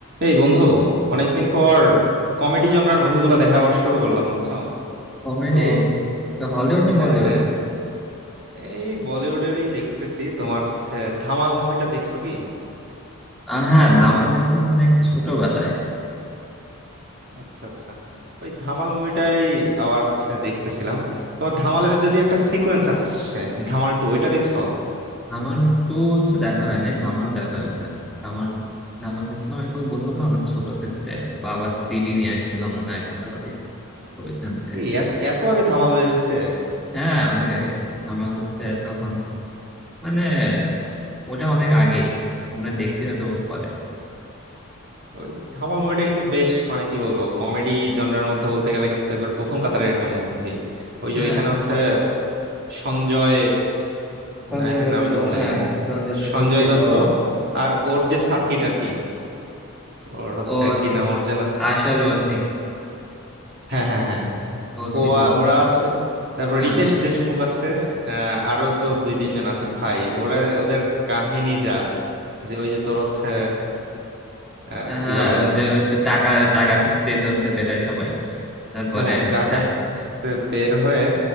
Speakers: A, on the right; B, in the centre.
A: এই বন্ধু অনেকদিন পর কমেডি জনরার মুভিগুলো দেখা আবার শুরু করলাম বুঝছো
B: কমেডি
A: তো
B: হলিউড না
A: হ্যাঁ
B: বলিউড
A: হ্যাঁ এই বলিউডেরই দেখতেছি তোমার হচ্ছে ধামাল মুভিটা দেখছো কি
B: আহ, হ্যাঁ ধামাল দেখছিলাম অনেক ছোটবেলায়
A: আচ্ছা আচ্ছা ওই ধামাল মুভিটাই আবার হচ্ছে দেখতেছিলাম তোমার ধামালের যদি একটা সিকোয়েন্স আসছে ধামাল টু ওইটা দেখছো
B: ধামাল টু হচ্ছে দেখা হয়নি ধামাল দেখা হয়েছে ধামাল ধামাল দেখছিলাম একবার বললাম না অনেক ছোট থাকতে বাবা সিডি নিয়ে আসছিল মনে হয় কোথাও দিয়ে তো ওইখান থেকে
A: এই
B: দেখছি
A: এত এত আগে ধামাল বের হয়েছে
B: হ্যাঁ অনেক আগে ধামাল হচ্ছে তখন মানে ওটা অনেক আগেই আমরা দেখছি হয়তো পরে
A: ওই ধামাল মুভিটা কিন্তু বেশ মানে কি বলবো কমেডি জনরের মধ্যে বলতে গেলে কিন্তু একবার প্রথম কাতারের একটা মুভি ওই যে
B: হ্যাঁ
A: ওইখানে হচ্ছে সঞ্জয়
B: সঞ্জয়
A: নায়কের
B: দত্ত
A: নামই তো ভুলে
B: হ্যাঁ
A: গেলাম
B: সঞ্জয় দত্ত
A: সঞ্জয়
B: ছিল
A: দত্ত আর ওর যে সার্কিট আর কি ওর হচ্ছে
B: ও
A: কি নাম ওর যেন
B: আশা রয়েছে
A: হ্যাঁ হ্যাঁ হ্যাঁ
B: ও
A: ও
B: ছিল
A: আ- ওরা আছে তারপর
B: হ্যাঁ
A: রিতেশ দেশমুখ আছে আহ, আরো তো দুই তিনজন আছে ভাই ওরা ওদের কাহিনী যা যে ওই যে তোর হচ্ছে আহ,
B: হ্যাঁ
A: কি বলে
B: ওই যে একটু টাকা টাকা খুঁজতেই তো হচ্ছে বের হয় সবাই তারপরে
A: হ্যাঁ
B: হচ্ছে
A: টাকা খুঁজতে বের হয়ে